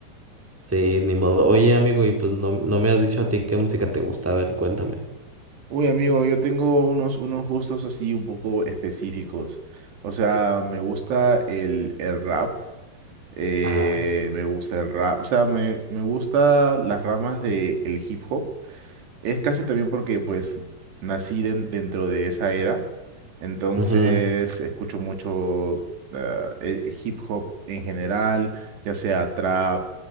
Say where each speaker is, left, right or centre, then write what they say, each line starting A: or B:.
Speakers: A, in the centre; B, on the right.
A: Sí, ni modo. Oye, amigo, y pues no, no me has dicho a ti qué música te gusta. A ver, cuéntame.
B: Uy, amigo, yo tengo unos, unos gustos así un poco específicos. O sea, me gusta el, el rap. eh,
A: Ajá.
B: me gusta el rap. O sea, me, me gusta las ramas del hip hop. Es casi también porque pues nací den- dentro de esa era, entonces
A: Ujú.
B: escucho mucho ah, eh, hip hop en general, ya sea trap,